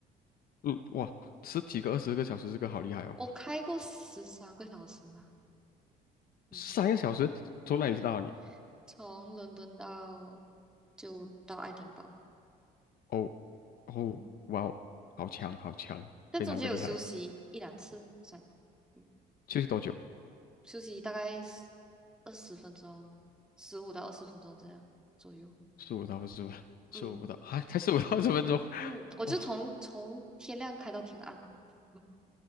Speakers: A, on the left (about 60°); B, in the centre.
A: 嗯，哇，十几个、二十个小时，这个好厉害哦！
B: 我开过十三个小时吧，嗯
A: 三个小时从哪里到哪里？
B: 嗯，从伦敦到就到爱丁堡，
A: 哦，哦，
B: 嗯，
A: 哇哦，好强，好强，
B: 但中间有休息一两次，
A: 非常的厉害。
B: 好像嗯，
A: 休息多久？
B: 休息大概二十分钟，十五到二十分钟这样左右，
A: 十五到二十分，十五不到啊，
B: 嗯
A: 才十五到二十分钟。<laughs>
B: 嗯，我就从从天亮开到天暗，
A: 哦，
B: <laughs> 嗯